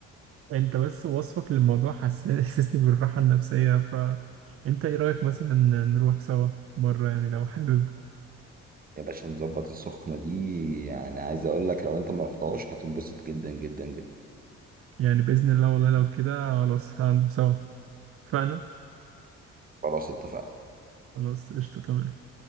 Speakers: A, on the right; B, on the right.
A: أنت بس وصفك للموضوع حس- حسسني بالراحة النفسية فأنت إيه رأيك مثلا نروح سوا مرة يعني لو حابب
B: يا باشا نظبط السخنه دي يعني عايز اقول لك لو انت ما رحتهاش هتنبسط جدا جدا جدا
A: يعني بإذن الله والله لو كده خلاص هنروح سوا فأنا
B: خلاص اتفقنا
A: خلاص قشطة تمام